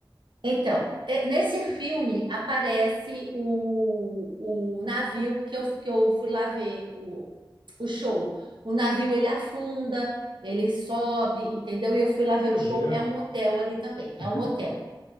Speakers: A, on the right; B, on the left.
A: Então, é- nesse filme aparece o, o navio que eu, fu- que eu fui lá ver, o, o show. O navio ele afunda, ele sobe, entendeu? E eu fui lá ver
B: Meu
A: o show.
B: Deus.
A: É um hotel ali também, é
B: <laughs>
A: um hotel.